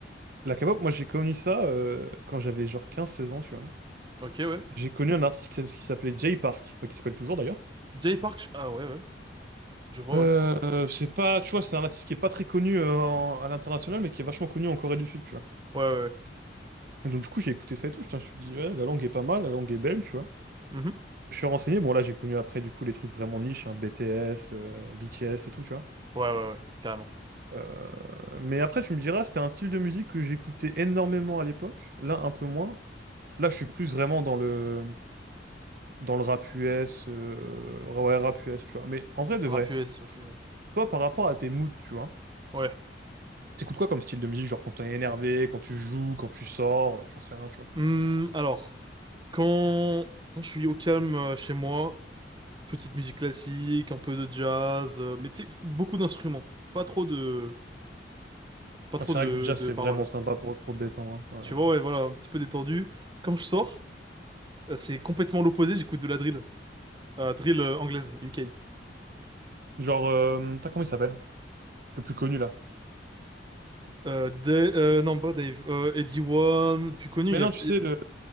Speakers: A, on the right; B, on the right.
A: La K-pop, moi, j'ai connu ça euh, quand j'avais genre quinze seize ans, tu vois.
B: Ok, ouais.
A: J'ai connu un artiste qui, s- qui s'appelait Jay Park, enfin, qui s'appelle toujours, d'ailleurs.
B: Jay Park, je- ah ouais, ouais. Je vois,
A: Euh,
B: ouais.
A: c'est pas... Tu vois, c'est un artiste qui est pas très connu euh, en- à l'international, mais qui est vachement connu en Corée du Sud, tu vois.
B: Ouais, ouais, ouais.
A: Et donc, du coup, j'ai écouté ça et tout. Je me suis dit, ouais, la langue est pas mal, la langue est belle, tu vois.
B: Mhm.
A: Je suis renseigné. Bon, là, j'ai connu après, du coup, les trucs vraiment niches, hein, BTS, euh, BTS et tout, tu vois.
B: Ouais, ouais, ouais, carrément.
A: Euh, mais après, tu me diras, c'était un style de musique que j'écoutais énormément à l'époque. Là, un peu moins. Là, je suis plus vraiment dans le, dans le rap US. euh, ouais, rap US, tu vois. Mais en vrai, de
B: Rap
A: vrai,
B: US, ok, ouais.
A: toi, par rapport à tes moods, tu vois,
B: Ouais.
A: t'écoutes quoi comme style de musique? Genre quand t'es énervé, quand tu joues, quand tu sors, euh, j'en sais rien, tu vois.
B: Hmm, alors. Quand, quand je suis au calme euh, chez moi, petite musique classique, un peu de jazz, euh, mais tu sais, beaucoup d'instruments, pas trop de, pas trop
A: Ah, C'est
B: de,
A: vrai que du jazz,
B: de
A: c'est
B: paroles.
A: vraiment sympa pour, pour te détendre. hein, ouais.
B: Tu
A: ouais.
B: vois, ouais, voilà, un petit peu détendu. Quand je sors, euh, c'est complètement l'opposé, j'écoute de la drill, Euh, drill euh, anglaise, UK.
A: Genre, euh, t'as comment il s'appelle? Le plus connu, là.
B: Euh, Da- euh, non, pas Dave, euh, Eddie One, plus connu,
A: Mais
B: il y
A: non,
B: a,
A: tu sais,
B: il y a-
A: le,